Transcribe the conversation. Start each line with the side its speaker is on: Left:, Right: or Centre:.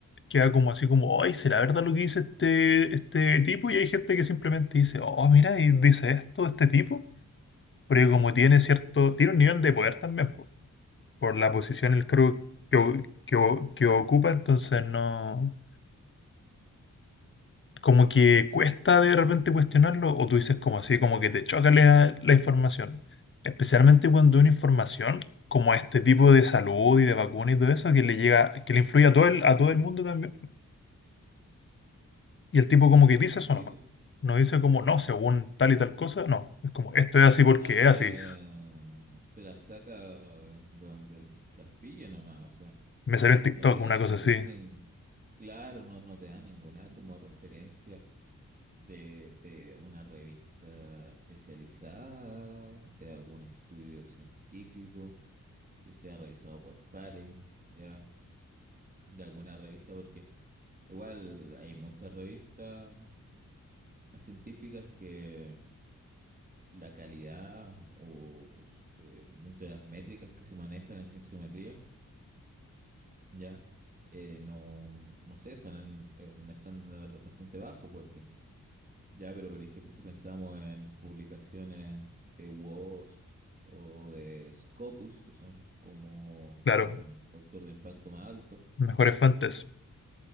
Left: queda como así como, oye, ¿será verdad lo que dice este, este tipo? Y hay gente que simplemente dice, oh, mira, y dice esto este tipo, porque como tiene cierto, tiene un nivel de poder también po, por la posición, el cargo que, o- que, o- que ocupa, entonces no... como que cuesta de repente cuestionarlo o tú dices como así, como que te choca la, la información. Especialmente cuando una información como este tipo de salud y de vacuna y todo eso que le llega, que le influye a todo el, a todo el mundo también. Y el tipo como que dice eso
Right: Sí,
Left: nomás.
Right: po.
Left: No dice como no, según tal y tal cosa, no. Es como esto es así porque
Right: No, no, no,
Left: es así.
Right: eh, se la saca de, de donde las pille nomás. O sea,
Left: Me salió en TikTok
Right: no te da
Left: una cosa
Right: ningún...
Left: así.
Right: Claro, no, no te da ninguna como referencia de, de una revista especializada, de algún estudio científico que sea revisado por pares, ya, de alguna revista, porque igual hay muchas revistas científicas que la calidad o s- eh, dentro de las métricas que se manejan en cienciometría, ya, eh, no, no sé, están en en un estándar bastante bajo, por ejemplo. Ya, pero por ejemplo, si pensamos en publicaciones de WoS o de Scopus, que son como
Left: Claro,
Right: con factor de impacto más alto,
Left: mejores fuentes.